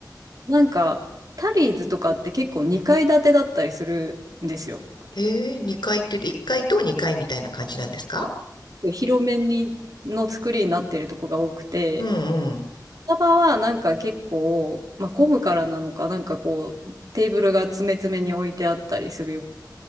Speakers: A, on the right; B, on the left.
A: なんかタリーズとかって結構2階建てだったりするんですよ。
B: えー、階って言って、1階と2階みたいな感じなんですか
A: 広めにの作りになってるとこが多くて、
B: うんうん
A: スタバはなんか結構、まあ、混むからなのか、なんかこう、テーブルが詰め詰めに置いてあったりするよ。